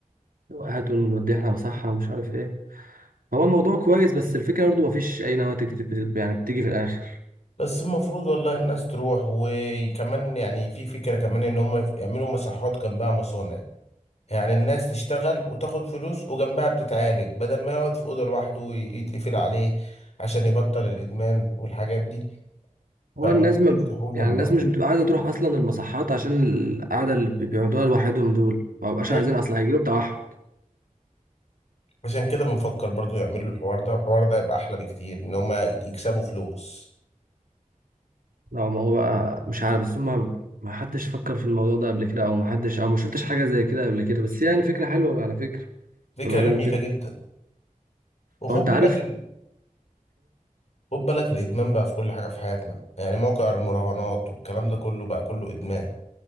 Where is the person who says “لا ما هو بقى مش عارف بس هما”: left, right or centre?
Right